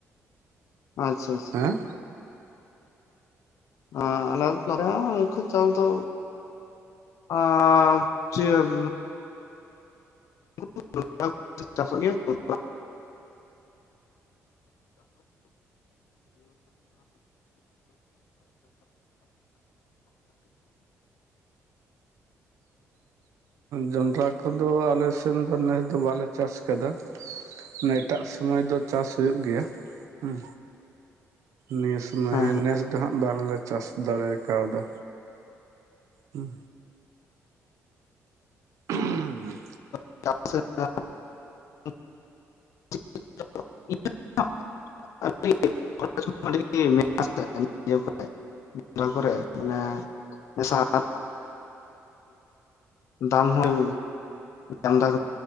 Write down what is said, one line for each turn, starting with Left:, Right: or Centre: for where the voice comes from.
Left: ᱟᱪᱪᱷᱟ
Right: ᱦᱮᱸ
Left: ᱟᱻᱟᱞᱮ ᱱᱚᱛᱮ ᱨᱮ ᱦᱚᱸ ᱚᱱᱠᱟ ᱪᱟᱥ ᱫᱚ ᱟᱸ ᱪᱮᱜ <inaudible>
Right: ᱡᱚᱱᱰᱨᱟ ᱠᱚᱫᱚ ᱟᱞᱮ ᱥᱮᱱ ᱫᱚ ᱱᱮᱥ ᱫᱚ ᱵᱟᱞᱮ ᱪᱟᱥ ᱠᱟᱫᱟ ᱢᱟᱱᱮ ᱮᱴᱟᱜ ᱥᱚᱢᱚᱭ ᱫᱚ ᱪᱟᱥ ᱦᱩᱭᱩᱜ ᱜᱮᱭᱟ ᱦᱩᱸ ᱱᱤᱭᱟᱹ ᱥᱩᱢᱟᱹᱭ
Left: ᱦᱮᱸ ᱦᱮᱸ
Right: ᱱᱮᱥ ᱫᱚ ᱦᱟᱸᱜ ᱵᱟᱝᱞᱮ ᱪᱟᱥ ᱫᱟᱲᱮ ᱟᱠᱟᱣᱫᱟ ᱦᱩᱸ ᱩᱸᱦᱩᱻ
Left: <inaudible> <inaudible> <inaudible> ᱠᱚᱨᱮ ᱢᱟᱱᱮ ᱟᱨ ᱫᱟᱢ ᱦᱚᱸ ᱟᱢᱫᱟ ᱠᱟᱛ